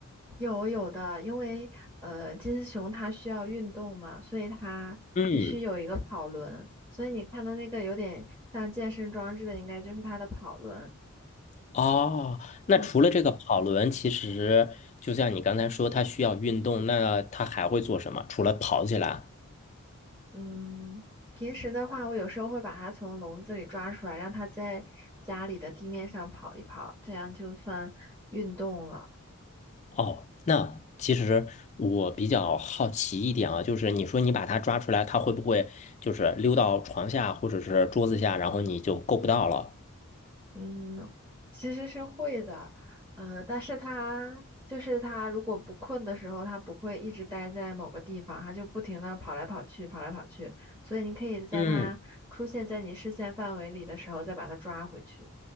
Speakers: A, on the right (about 20°); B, on the left (about 30°).
A: 有有的，因为呃，金丝熊它需要运动嘛，所以它必须有一个跑轮。
B: 嗯，
A: 所以你看的那个有点像健身装置的，应该就是它的跑轮。
B: 哦，那除了这个跑轮，
A: 对，
B: 其实就像你刚才说，它需要运动，那它还会做什么？除了跑起来？
A: 嗯，平时的话，我有时候会把它从笼子里抓出来，让它在家里的地面上跑一跑，这样就算运动了。
B: 哦，那其实我比较好奇一点啊，就是你说你把它抓出来，它会不会就是溜到床下或者是桌子下，然后你就够不到了？
A: 嗯，其实是会的，呃，但是它就是它，如果不困的时候，它不会一直待在某个地方，它就不停的跑来跑去，跑来跑去，所以你可以在它出现在你视线范围里的时候，
B: 嗯，
A: 再把它抓回去。